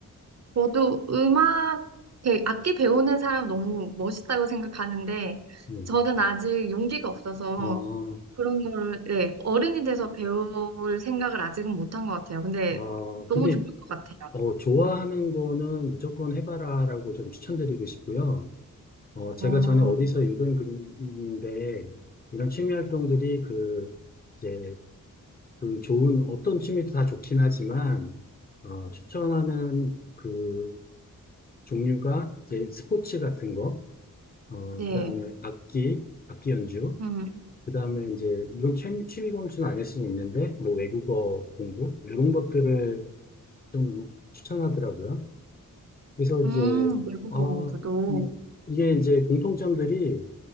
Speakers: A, on the right; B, on the left.
A: 저도 음악, 배- 악기 배우는 사람 너무 멋있다고 생각하는데,
B: 네.
A: 저는 아직 용기가 없어서
B: 아, 어,
A: 그런 거를, 네, 어른이 돼서 배울 생각을 아직은 못한 것 같아요. 근데
B: 아,
A: 너무
B: 근데
A: 좋을 것 같아요.
B: 어, 좋아하는 거는 무조건 해봐라라고 좀 추천드리고 싶고요. 어, 제가
A: 어,
B: 전에 어디서 읽은 글인데, 이런 취미 활동들이 그, 이제, 그 좋은, 어떤 취미도 다 좋긴 하지만, 어, 추천하는 그 종류가 이제 스포츠 같은 거, 어,
A: 네.
B: 그 다음에 악기, 악기 연주,
A: 음.
B: 그 다음에 이제, 이건 취미, 취미 범주는 아닐 수는 있는데, 뭐 외국어 공부, 이런 것들을 좀 추천하더라고요. 그래서 이제,
A: 음, 외국어
B: 아,
A: 공부도.
B: 이, 게 이제 공통점들이,